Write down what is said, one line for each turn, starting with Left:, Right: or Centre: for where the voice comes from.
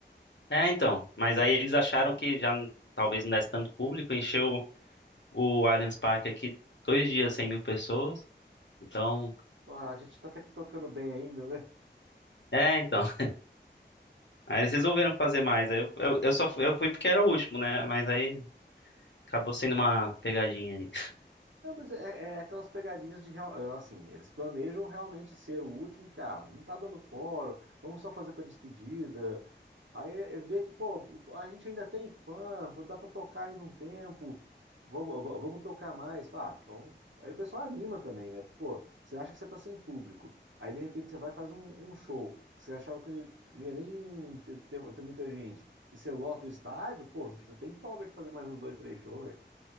Left: É, então. Mas aí eles acharam que já n- talvez não desse tanto público. Encheu o Allianz Parque aqui dois dias, 100 mil pessoas. Então.
Right: Ah, a gente tá até que tocando bem ainda, né?
Left: É, então. <laughs> Aí eles resolveram fazer mais. Aí eu, eu, eu só fui, eu fui porque era o último, né? Mas aí. Acabou sendo uma pegadinha ali.
Right: É, mas é, é aquelas pegadinhas de real- é, assim, eles planejam realmente ser o último, porque ah, não tá dando coro, vamos só fazer para despedida. Aí é- é ver que, pô, a gente ainda tem fã, dá para tocar ainda um tempo, vamos, vamos vamos tocar mais. Ah, então, aí o pessoal anima também, né? Pô, você acha que você tá sem público. Aí de repente você vai e faz um, um show que você achava que não ia nem ter, ter- ter muita gente. E você lota o estádio, pô, você tem folga de fazer mais uns dois, três shows.